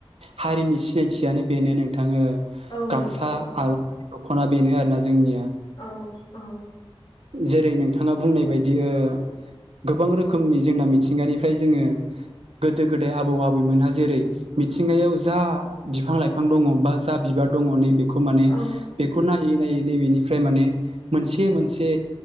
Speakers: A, on the right (about 85°); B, on the left (about 50°).
A: हारिनि सिनायथियानो बेनो नोंथा ओ
B: औ
A: गामसा
B: नंगौ औ
A: आर'नाइ दख'ना बेनो आरोना जोंनिया ।
B: औ औ।
A: जेरै नोंथाङा बुंनाय बायदि ओ गोबां रोखोमनि जोंना मिथिंगानिफ्राय जोङो गोदो गोदाय आबौ आबैमोनहा जेरै मिथिंगायाव जा बिफां लाइफां दङ बा जा बिबार दङ नैबे खौ माने
B: औ
A: बेखौ नायै नायै नैबेनिफ्राय माने मोनसे मोनसे से